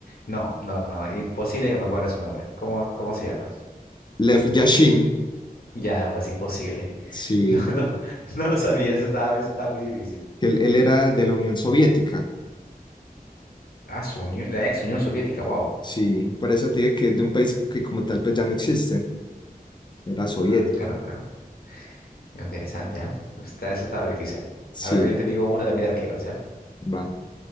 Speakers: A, on the left; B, on the left.
A: No, no, no, imposible que me acuerde su nombre. ¿Cómo, cómo se llama?
B: Lev Yashin,
A: Ya, pues imposible. <laughs>
B: sí,
A: No, no, no lo sabía, eso estaba, eso estaba muy difícil.
B: que él, él era de la Unión Soviética.
A: Ah, su Unión- la ex Unión Soviética, Wow.
B: Sí, por eso te digo que es de un país que como tal pues ya no existe. Era soviético.
A: Ah, claro, claro. Interesante, ¿ah? Está, eso estaba difícil.
B: Sí,
A: A ver, yo te digo una también de arqueros, ¿ya?
B: va.